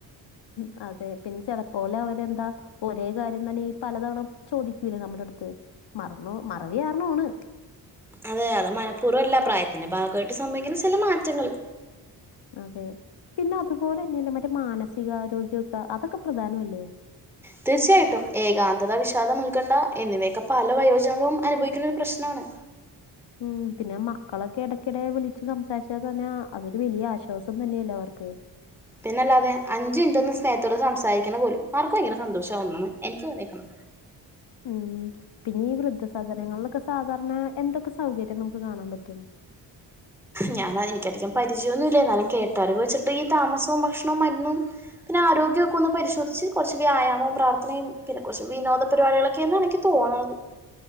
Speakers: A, on the left; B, in the centre.
A: ഉ അതെ പിന്നെ ചെലപ്പോല് അവരെന്താ ഒരേ കാര്യം തന്നെ പലതവണ ചോദിക്കൂല നമ്മുടെ ട് ത്ത് മറന്നു മറവി കാരണാണ്
B: അതെ അത് മനഃപ്പൂർവല്ല പ്രായത്തിന്റെ ഭാഗായിട്ട് സംഭവിക്കുന്ന ചെല മാറ്റങ്ങള്
A: അതെ പിന്നെ അതുപോലെ തന്നെല്ല മറ്റേ മാനസിക ആരോഗ്യ അതൊക്കെ പ്രധാനല്ലേ
B: തീർച്ചയായിട്ടും ഏകാന്തതാ വിഷാദം ഉൾക്കണ്ണ്ട എന്നിവയൊക്കെ പല വയോജനങ്ങളും അനുഭവിക്കുന്ന ഒരു പ്രശ്നാണ്
A: ഉം പിന്നെ മക്കളൊക്കെ എടയ്ക്കെടെ വിളിച്ച് സംസാരിച്ചാ തന്ന അതൊരു വലിയ ആശ്വാസം തന്നെയല്ലേ അവർ ക്ക്
B: പിന്നല്ലാതെ അഞ്ച് മിൻറ്റൊന്ന് സ്നേഹത്തോട് സംസാരിക്കണ പോലും അവർക്കും ഭയങ്കര സന്തോഷം ആവും ന്ന് എനിക്ക് തോന്യേക്കണെ
A: ഉം പിന്നെ ഈ വൃദ്ധസധനങ്ങളിലൊക്കെ സാധാരണ എന്തൊക്കെ സൗകര്യം നമുക്ക് കാണാൻ പറ്റും
B: ഞാൻ എനിക്കധികം പരിചയൊന്നുല്ല എന്നാലും കേട്ടറിവ് വെച്ചിട്ട് ഈ താമസവും ഭക്ഷണവും മരുന്നും പിന്നെ ആരോഗ്യൊക്കൊന്ന് പരിശോധിച്ച് കൊർച്ച് വ്യായാമം പ്രാർത്ഥനയും പിന്നെ കൊർച്ച് വിനോദ പരിപാടികളൊക്കേന്നാണ് എനിക്ക് തോന്ന പോണോന്ന്